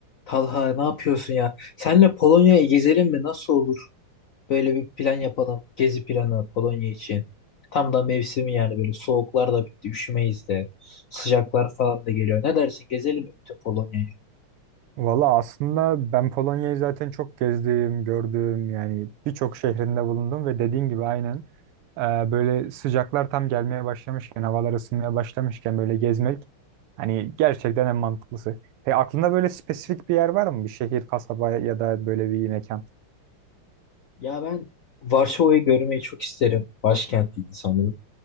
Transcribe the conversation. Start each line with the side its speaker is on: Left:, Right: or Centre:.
Left: Talha ne yapıyorsun ya? Senle Polonya'ya gezelim mi? Nasıl olur? Böyle bir plan yapalım. Gezi planı Polonya için. Tam da mevsimi yani böyle soğuklar da bitti, üşümeyiz de. Sıcaklar falan da geliyor. Ne dersin? Gezelim mi bütün Polonya'yı?
Right: Valla aslında ben Polonya'yı zaten çok gezdim, gördüm yani birçok şehrinde bulundum ve dediğin gibi aynen e, böyle sıcaklar tam gelmeye başlamışken, havalar ısınmaya başlamışken böyle gezmek hani gerçekten en mantıklısı. Peki aklında böyle spesifik bir yer var mı? Bir şehir, kasaba ya da böyle bir mekan?
Left: Ya ben Varşova'yı görmeyi çok isterim. Başkentiydi sanırım.